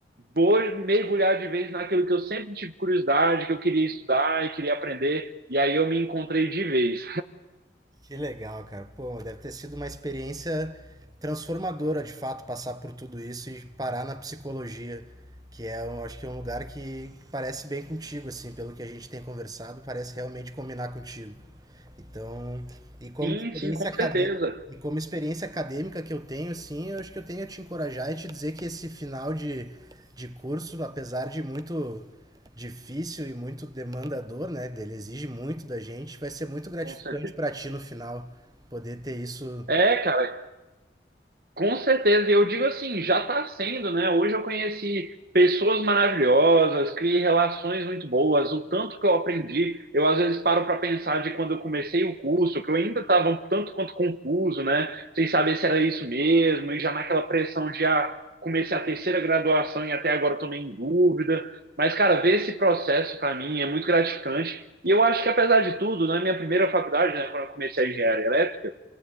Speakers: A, on the right (about 55°); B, on the right (about 20°).
A: vou mergulhar de vez naquilo que eu sempre tive curiosidade, que eu queria estudar e queria aprender. E aí eu me encontrei de vez.
B: Que legal, cara. Pô, deve ter sido uma experiência transformadora, de fato, passar por tudo isso e parar na psicologia, que é, eu acho que é um lugar que parece bem contigo, assim, pelo que a gente tem conversado, parece realmente combinar contigo. Então, e como
A: Sim,
B: experiência
A: sim, com
B: acadê-
A: certeza.
B: e como experiência acadêmica que eu tenho, sim eu acho que eu tenho a te encorajar e te dizer que esse final de, de curso, apesar de muito difícil e muito demandador, né, dele exige muito da gente, vai ser muito gratificante
A: Com certeza.
B: para ti no final poder ter isso.
A: É, cara, Com certeza, e eu digo assim, já está sendo, né? Hoje eu conheci pessoas maravilhosas, criei relações muito boas, o tanto que eu aprendi, eu às vezes paro para pensar de quando eu comecei o curso, que eu ainda estava um tanto quanto confuso, né? Sem saber se era isso mesmo, e já naquela pressão de ah, comecei a terceira graduação e até agora estou meio em dúvida. Mas, cara, ver esse processo para mim é muito gratificante. E eu acho que, apesar de tudo, na minha primeira faculdade, né, quando eu comecei a engenharia elétrica,